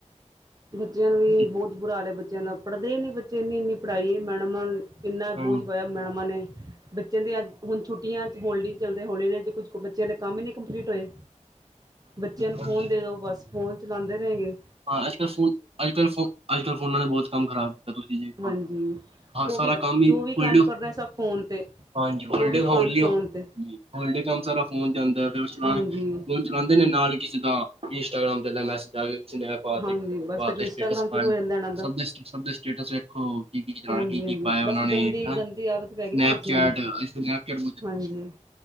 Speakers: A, on the right; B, on the right.
A: ਬੱਚਿਆਂ ਨੂੰ ਵੀ
B: ਹਾਂਜੀ
A: ਬਹੁਤ ਬੁਰਾ ਹਾਲ ਹੈ ਬੱਚਿਆਂ ਦਾ ਪੜ੍ਹਦੇ ਨੀ ਬੱਚੇ ਇੰਨੀ ਇੰਨੀ ਪੜ੍ਹਾਈ ਏ ਮੈਡਮਾਂ ਕਿੰਨਾ
B: ਹਾਂਜੀ
A: ਬੋਝ ਪਾਇਆ ਮੈਡਮਾਂ ਨੇ ਬੱਚਿਆਂ ਦੇ ਅੱਜ ਹੁਣ ਛੁੱ ਛੁਟੀਆ ਚ ਹੋਲੀ ਚੱਲਦੇ ਹੋਲੀਡੇ ਚ ਦੇ ਕੁ ਬੱਚਿਆਂ ਦੇ ਕੰਮ ਹੀ ਨੀ ਕੰਪਲੀਟ ਹੋਏ। ਬੱਚਿਆਂ ਨੂੰ
B: ਹਾਂਜੀ
A: ਫੋਨ ਦੇ ਦੋ ਬਸ ਫੋਨ ਚਲਾਉਂਦੇ ਰਹਿਣ ਗੇ।
B: ਹਾਂ ਅਜੱ ਕਲ ਫੋਨ ਅੱਜ ਕੱਲ ਫੋਨ ਅੱਜ ਕੱਲ ਫੋਨਾਂ ਨੇ ਬਹੁਤ ਕੰਮ ਖਰਾਬ ਕੀਤਾ ਤੁਸੀਂ ਜੇ
A: ਹਾਂਜੀ ਉਹ
B: ਸਾਰਾ
A: ਵੀ
B: ਕੰਮ ਹੀ
A: ਜੋ
B: ਹੋਲ
A: ਵੀ ਕੰਮ ਕਰਨਾ ਸਬ ਫੋਨ ਤੇ।
B: ਹਾਂਜੀ ਹੋਲਡੇ
A: ਜੋ ਵੀ
B: ਹੋਲੀਓ
A: ਕੰਮ ਫੋਨ ਤੇ
B: ਹੋਲਡੇ ਕੰਮ ਸਾਰਾ ਫੋਨ ਜਾਂਦਾ ਫਿਰ ਉਸ ਚ ਚਲਾਨ
A: ਹਾਂਜੀ
B: ਚਲਾਉਂਦੇ ਨੇ ਨਾਲ ਕਿਸੇ ਦਾ ਇੰਸਟਾਗ੍ਰਾਮ ਤੇ ਲੈ ਮੈਸੇਜ ਆ ਕਿਸੇ ਨੇ ਇਹ ਪਾ
A: ਹਾਂਜੀ
B: ਤੇ
A: ਬਸ
B: ਪਾਤੇ
A: ਫਿਰ ਇੰਸਟਾਗ੍ਰਾਮ
B: ਸਟੇਟ
A: ਸ਼ੁਰੂ ਹੋ ਜਾਂਦਾ ਇਹਨਾਂ ਦਾ
B: ਸਬਦੇ ਸਟੇਟਸ ਵੇਖੋ ਕੀ ਕੀ ਸੁਣਾ
A: ਹਾਂਜੀ
B: ਕੀ ਕੀ
A: ਹਾਂਜੀ
B: ਪਾਇਆ
A: ਬਸ
B: ਉਹਨਾਂ ਨੇ
A: ਗੰਦੀ
B: ਹਨਾ
A: ਗੰਦੀ ਆਦਤ ਪੈ
B: ਸਨੈਪਚੈਟਨੈਪਚੈਟ
A: ਗਈ ਨਾ ਬੱਚਿਆਂ ਨੂੰ ਹਾਂਜੀ